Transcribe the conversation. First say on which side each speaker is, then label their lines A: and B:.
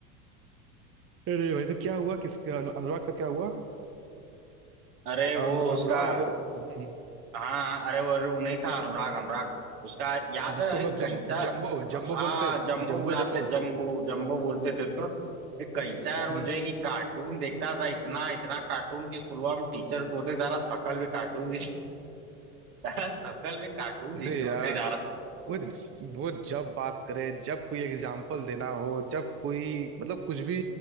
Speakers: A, on the right (about 30°); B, on the right (about 70°).
A: अरे भाई तो क्या हुआ किसका अनु, अनुराग का क्या हुआ
B: अरे वो
A: अनु,
B: उसका
A: अनुराग हम्म,
B: हाँ अरे वो अरे वो नहीं था अनुराग अनुराग उसका याद
A: जिसको
B: है अरे
A: हम लोग
B: कैसा
A: जम, जम्बो जम्बो
B: हाँ
A: बोलते हैं
B: जम्बो
A: जम्बो
B: बुलाते
A: जम्बो
B: जम्बो जम्बो बोलते थे उसको अरे कैसा यार वो
A: हम्म
B: जो है कि कार्टून देखता था इतना इतना कार्टून कि स्कूल में टीचर्स बोलते थे, तारा शकल भी कार्टून जैसे तारा शकल भी कार्टून जैसे
A: अरे
B: होते
A: यार
B: जा रहा है
A: वो वो जब बात करे जब कोई एग्जाम्पल देना हो जब कोई मतलब कुछ भी